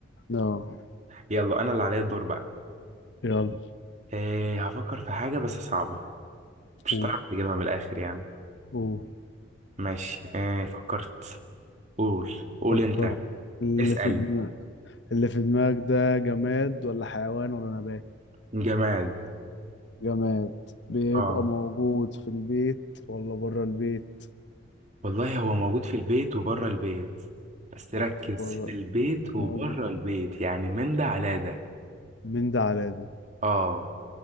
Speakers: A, on the left; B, on the right.
A: اه
B: يلا أنا اللي عليا الدور بقى
A: يلا
B: آه هفكر في حاجة بس صعبة مش
A: قول
B: هتعرف تجيبها من الآخر يعني
A: قول
B: ماشي آه فكرت قول قول
A: فكرت
B: أنت
A: اللي
B: اسأل
A: في دماغ اللي في دماغك ده جماد ولا حيوان ولا نبات
B: جماد
A: جماد بيبقى
B: آه
A: موجود في البيت ولا بره البيت
B: والله هو موجود في البيت وبره البيت بس ركز
A: بره
B: في البيت وبره
A: موجود
B: البيت يعني من ده على ده
A: من ده على ده
B: آه